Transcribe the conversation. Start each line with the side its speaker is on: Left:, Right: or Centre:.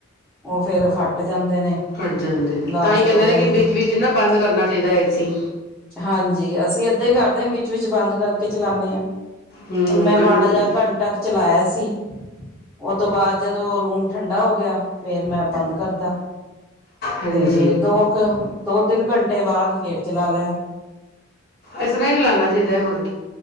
Centre: ਉਹ ਫੇਰ ਫੱਟ ਜਾਂਦਾ।
Left: ਫਟ ਜਾਂਦੇ ਨੇ
Centre: ਬਲਾਸਟ
Left: ਤਾਂ ਹੀ ਕਹਿੰਦੇ
Centre: ਹੋ ਜਾਂਦਾ
Left: ਨੇ ਕਿ ਵਿੱਚ ਵਿੱਚ ਨਾ ਬੰਦ ਕਰਨਾ ਚਾਹੀਦਾ ਏਸੀ
Centre: ਹਾਂਜੀ ਅਸੀਂ ਅੱਧੇ ਕਰਦੇ ਹ ਵਿਚ ਵਿਚ ਬੰਦ ਕਰ, ਕੇ ਚਲਾਨੇ ਹਾਂ।
Left: ਹੂੰ
Centre: ਹੁਣ ਮੈਂ
Left: ਕੰਟੀਨਿਊ
Centre: ਮਾੜਾ ਜਿਹਾ ਘੰਟਾ ਕੁ ਚਲਾਇਆ ਸੀ। ਉਹ ਤੋਂ ਬਾਅਦ ਜਦੋਂ ਰੂਮ ਠੰਡਾ ਹੋ ਗਿਆ ਫੇਰ ਮੈਂ ਬੰਦ ਕਰਤਾ।
Left: ਹਾਂਜੀ
Centre: ਤੇ ਦੋ ਦੋ ਤਿੰਨ ਘੰਟੇ, ਟੇ ਬਾਅਦ ਫਿਰ ਚਲਾ ਲਿਆ।
Left: ਇਸ ਤਰ੍ਹਾਂ ਹੀ ਚਲਾਨਣਾ ਚਾਹੀਦਾ ਹੋਰ,